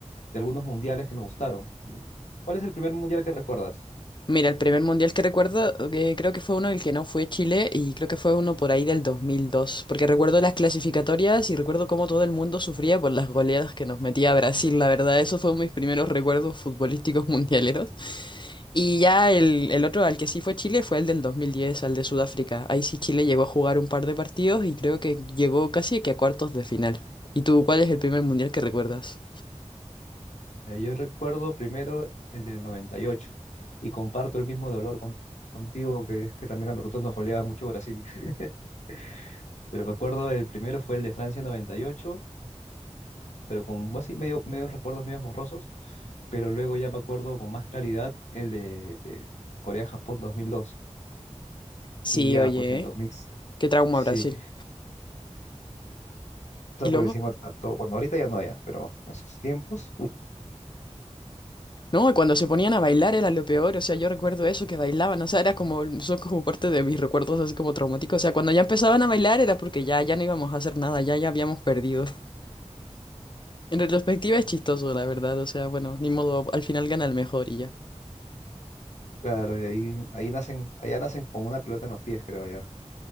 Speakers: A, on the left (about 75°); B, on the left (about 40°).
A: de algunos mundiales que me gustaron. ¿Cuál es el primer mundial que recuerdas?
B: Mira, el primer mundial que recuerdo, que creo que fue uno el que no fue Chile y creo que fue uno por ahí del 2002, porque recuerdo las clasificatorias y recuerdo cómo todo el mundo sufría por las goleadas que nos metía Brasil, la verdad, esos fueron mis primeros recuerdos futbolísticos mundialeros. Y ya el, el otro al que sí fue Chile fue el del 2010, al de Sudáfrica. Ahí sí Chile llegó a jugar un par de partidos y creo que llegó casi que a cuartos de final. ¿Y tú cuál es el primer mundial que recuerdas?
A: Eh, yo recuerdo primero el del noventa y ocho y comparto el mismo dolor con- contigo, que es que también a nosotros nos goleaba mucho Brasil. <laughs> Pero me acuerdo el primero fue el de Francia noventa y ocho. pero con así medio, medios recuerdos medios borrosos, pero luego ya me acuerdo con más claridad el de eh, Corea-Japón 2002
B: Sí,
A: y ya
B: oye.
A: pues el 2000,
B: Qué trauma
A: sí,
B: Brasil.
A: está
B: Y
A: por
B: luego,
A: encima a todo, bueno, ahorita ya no ya, pero en sus tiempos, uf,
B: no, y cuando se ponían a bailar era lo peor, o sea, yo recuerdo eso, que bailaban, o sea, era como, son como parte de mis recuerdos así como traumáticos, o sea, cuando ya empezaban a bailar era porque ya, ya no íbamos a hacer nada, ya, ya habíamos perdido. En retrospectiva es chistoso, la verdad, o sea, bueno, ni modo, al final gana el mejor y ya.
A: claro, y ahí, ahí nacen, allá nacen con una pelota en los pies, creo ya,